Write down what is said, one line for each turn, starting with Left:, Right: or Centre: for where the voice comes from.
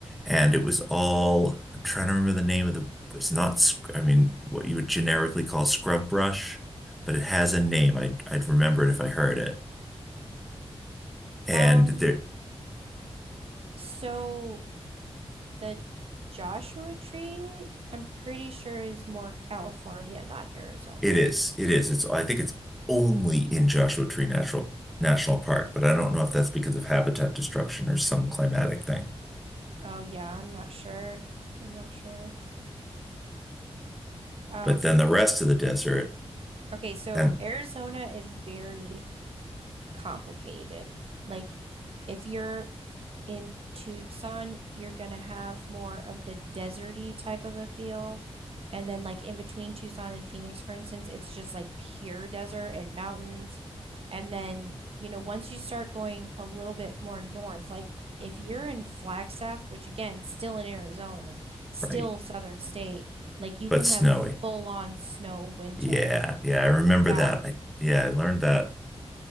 Centre: and it was all, I'm trying to remember the name of the it's not, sc- I mean, what you would generically call scrub brush, but it has a name. I'd, I'd remember it if I heard it. And
Right: Um,
Centre: there,
Right: so the Joshua tree, I'm pretty sure is more California, not Arizona.
Centre: it is, it is. It's, I think it's only in Joshua Tree Natural National Park, but I don't know if that's because of habitat destruction or some climatic thing.
Right: Oh yeah, I'm not sure. I'm not sure. Um,
Centre: But then the rest of the desert
Right: okay, so
Centre: and
Right: Arizona is very complicated. Like if you're in Tucson, you're gonna have more of the deserty type of a feel. And then like in between Tucson and Phoenix, for instance, it's just like pure desert and mountains. And then, you know, once you start going a little bit more north, like if you're in Flagstaff, which again, still in Arizona, still
Centre: right,
Right: southern state, like you
Centre: but
Right: can
Centre: snowy.
Right: have full on snow winter.
Centre: Yeah, yeah, I remember
Right: Yeah.
Centre: that. I, yeah, I learned that.